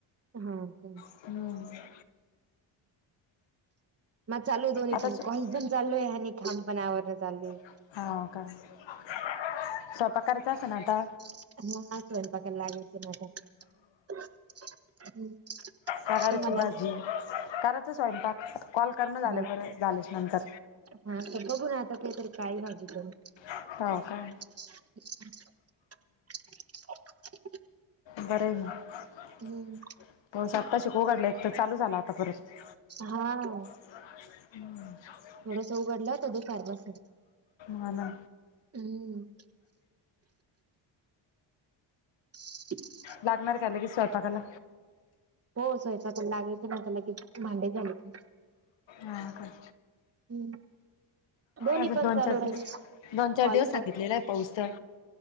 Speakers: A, on the right; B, on the left.
A: हा का.
B: हम्म
A: माझ चालू आहे दोन्ही
B: आता
A: पण,
B: स-
A: कॉल पण चालू आहे, आणि काम पण आववरण चालू आहे.
B: हो, का स्वयंपाक करायचा असन आता?
A: हं स्वयंपाकला लागायच न आता..
B: कराराची
A: तुम्हाला
B: भाजी, करायच स्वयंपाक, कॉल करण झाले
A: हा
B: पर झाल्याच्या नंतर.
A: हा तर बघू ना आता, काहीतरी काळी भाजी करू.
B: हां का.
A: <inaudible>
B: बरयना हो,
A: हम्म
B: पिऊस आत्ता शिकू घातला एक तर चालू झाला आता परत.
A: हां.
B: <inaudible>
A: थोडस उघडल, तर दुपारपासुन.
B: हां ना.
A: हम्म. <inaudible>
B: लागणार का लगेच स्वयंपाकाला?
A: हो स्वयंपाकाला लागायच ना आता लगेच किती भांडे झालेत.
B: हां का.
A: हम्म. दोन्ही
B: आजूक
A: पण
B: दोन
A: चालू
B: चार
A: राहील
B: दिवस, दोन चार
A: कॉल
B: दिवस सांगितलेला आहे पाऊस तर.